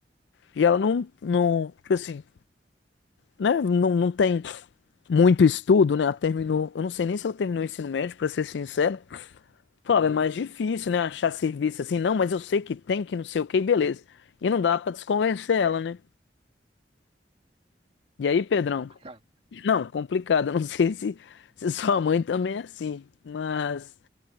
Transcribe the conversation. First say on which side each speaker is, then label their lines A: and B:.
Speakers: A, on the left; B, on the right.
A: E ela não, não, tipo assim, né? Não, não tem muito estudo, né? Ela terminou, eu não sei nem se ela terminou o ensino médio, para ser sincero, Falava,
B: Uhum. Uhum.
A: é mais difícil, né? Achar serviço assim, não, mas eu sei que tem, que não sei o que, e beleza. E não dá pra desconvencer ela, né? E aí, Pedrão?
B: Complicado.
A: Não, complicado. Eu não <laughs> sei se, se sua mãe também é assim, mas